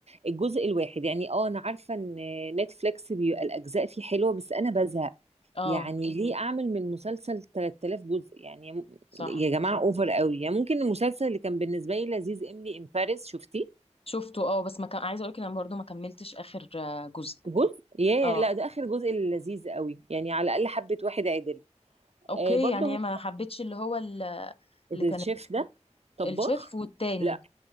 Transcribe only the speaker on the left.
اه
صح
شفته اه بس ما كان عايزه اقولك إن انا برضو ما كملتش اخر آه، جزء
اه
اوكي
يعني ما حبيتش اللي هو ال-
اللي كان
الشيف والتاني